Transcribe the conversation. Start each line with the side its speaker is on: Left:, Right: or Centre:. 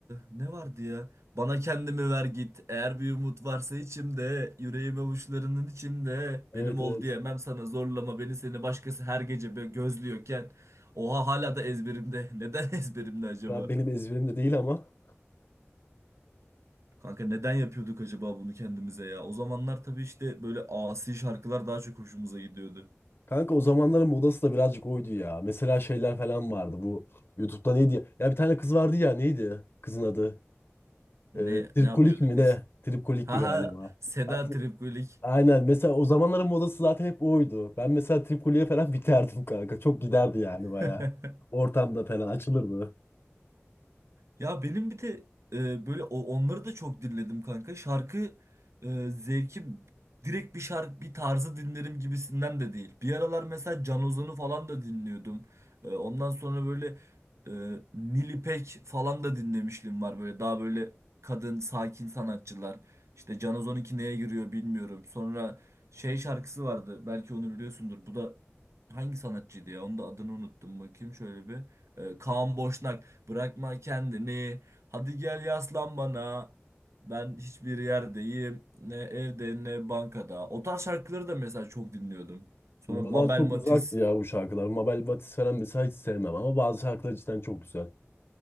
Right: ne vardı ya? Bana kendimi ver git. Eğer bir umut varsa içimde, yüreğim avuçlarının içinde.
Left: Evet
Right: Benim ol
Left: evet.
Right: diyemem sana zorlama beni seni başkası her gece be- gözlüyorken. Oha hala da ezberimde. <laughs> Neden ezberimde acaba?
Left: Şu an benim ezberimde değil ama.
Right: Kanka neden yapıyorduk acaba bunu kendimize ya? O zamanlar tabii işte böyle asi şarkılar daha çok hoşumuza gidiyordu.
Left: Kanka o zamanların modası da birazcık oydu ya. Mesela şeyler falan vardı bu. YouTube'da neydi ya? Ya bir tane kız vardı ya neydi kızın adı?
Right: Ne
Left: Ee, Tripkolik
Right: ne yapıyordu
Left: mi
Right: kız?
Left: ne? Tripkolik'ti
Right: Ha
Left: galiba.
Right: ha Seda
Left: Hat-
Right: Tripkulik.
Left: Aynen mesela o zamanların modası zaten hep oydu. Ben mesela Tripkolik'e falan <laughs> biterdim kanka. Çok giderdi yani baya
Right: <laughs>
Left: Ortamda falan açılırdı.
Right: Ya benim bir de e, böyle o- onları da çok dinledim kanka. Şarkı e, zevkim direkt bir şarkı bir tarzı dinlerim gibisinden de değil. Bir aralar mesela Can Ozan'ı falan da dinliyordum. E, ondan sonra böyle e, Nil İpek falan da dinlemişliğim var. Böyle daha böyle kadın sakin sanatçılar. İşte Can Ozan neye giriyor bilmiyorum. Sonra şey şarkısı vardı. Belki onu biliyorsundur. Bu da hangi sanatçıydı ya? Onun da adını unuttum. Bakayım şöyle bir. E, Kaan Boşnak. Bırakma kendini. Hadi gel yaslan bana. Ben hiçbir yerdeyim. Ne evde ne bankada. O tarz şarkıları da mesela çok dinliyordum. Sonra
Left: Bana
Right: Mabel
Left: çok
Right: Matiz.
Left: uzaktı ya bu şarkılar. Mabel Batist falan mesela hiç sevmem ama bazı şarkılar cidden çok güzel.